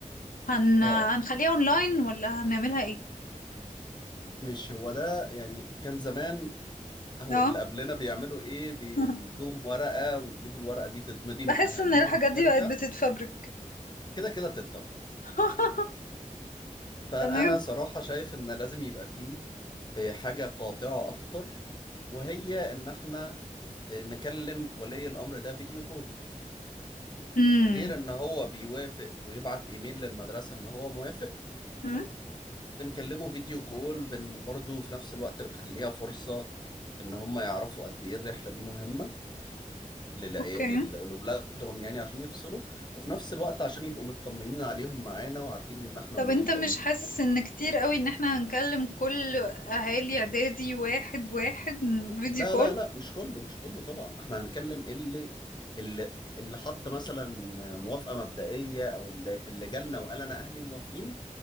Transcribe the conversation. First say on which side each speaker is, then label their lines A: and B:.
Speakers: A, on the left (about 85°); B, on the left (about 30°).
A: هن
B: اه
A: هنخليها اونلاين ولا هنعملها ايه
B: مش هو ده يعني كان زمان او
A: اه
B: اللي قبلنا بيعملوا ايه بي...
A: <laughs>
B: بيدوم ورقه ويجيبوا الورقه دي تتمضي
A: بحس
B: من اهاليهم
A: ان الحاجات
B: وترجع
A: دي بقت بتتفبرك
B: كده كده بتتفبرك
A: <laughs>
B: فانا
A: تمام
B: صراحه شايف ان لازم يبقى فيه إيه، حاجه قاطعه اكتر وهي ان احنا آه، نكلم ولي الأمر ده فيديو كول
A: امم
B: غير ان هو بيوافق ويبعت ايميل للمدرسة ان هو موافق
A: مم؟
B: بنكلمه فيديو كول بن برضه في نفس الوقت بنخليها فرصة ان هم يعرفوا قد ايه الرحلة دي مهمة للعي...
A: اوكي
B: لل- لأولادهم يعني عشان يفصلوا وفي نفس الوقت عشان يبقوا مطمنين عليهم معانا وعارفين ان احنا
A: طب
B: منظمين
A: انت مش حاسس ان كتير قوي ان احنا هنكلم كل اهالي اعدادي واحد واحد فيديو
B: لا
A: كول
B: لا لا مش كله مش كله طبعا احنا هنكلم اللي اللي اللي حط مثلا موافقة مبدئية او اللي اللي جالنا وقال انا اهلي موافقين